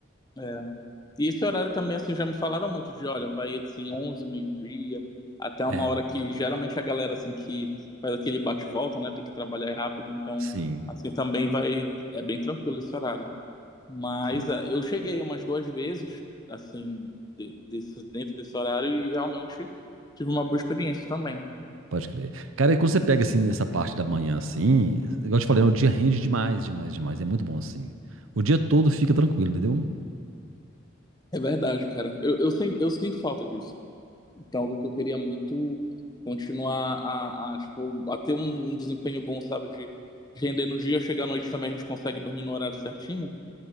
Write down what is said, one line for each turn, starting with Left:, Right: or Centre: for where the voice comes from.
Left: É, E esse horário também, assim, já me falaram muito de, olha, vai, assim, 11 meio-dia, até
Right: É,
Left: uma hora que geralmente a galera, assim, que faz aquele bate-volta, né, tem que trabalhar rápido, então,
Right: sim,
Left: assim, também vai, é bem tranquilo esse horário. Mas
Right: sim,
Left: ah, eu cheguei umas duas vezes, assim, de- desse- dentro desse horário e realmente tive uma boa experiência também.
Right: pode crer. Cara, e quando você pega assim nessa parte da manhã assim, igual eu te falei, né, o dia rende demais, demais, demais. É muito bom assim. O dia todo fica tranquilo, entendeu?
Left: É verdade, cara. Eu, eu, sen- eu sinto falta disso. Então, algo que eu queria muito continuar a, a, tipo, a ter um, um desempenho bom, sabe? De, de render no dia, chegar à noite também a gente consegue dormir no horário certinho.